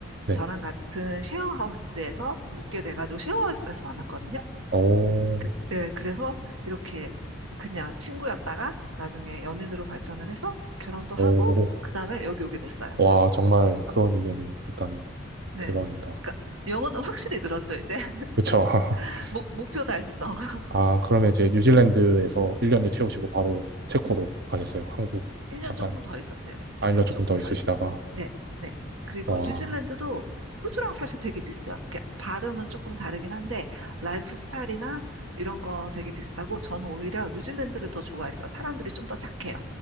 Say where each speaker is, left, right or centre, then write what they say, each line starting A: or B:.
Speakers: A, on the right; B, on the right.
A: 네.
B: 저랑 같은 쉐어하우스에서 묵게 돼가지고 쉐어하우스에서 만났거든요.
A: 오,
B: 그, 예, 그래서 이렇게 그냥 친구였다가 나중에 연인으로 발전을 해서 결혼도
A: 오.
B: 하고, 그 다음에 여기 오게 됐어요.
A: 와, 정말 그런 인연이 있다니.
B: 네.
A: 대박입니다.
B: 그러니까 영어는 확실히 늘었죠, 이제. <laughs>
A: 그쵸? <laughs>
B: 목, 목표 달성. <laughs>
A: 아, 그러면 이제 뉴질랜드에서 1년을 채우시고 바로 체코로 가셨어요. 한국.
B: 1년
A: 잠깐,
B: 조금 더 있었어요.
A: 아,
B: 1년
A: 1년 조금
B: 조금
A: 더
B: 더.
A: 있으시다가.
B: 네, 네. 그리고
A: 와,
B: 뉴질랜드도 호주랑 사실 되게 비슷해요. 이렇게 발음은 조금 다르긴 한데 라이프 스타일이나 이런 거 되게 비슷하고 저는 오히려 뉴질랜드를 더 좋아했어요. 사람들이 좀 더 착해요.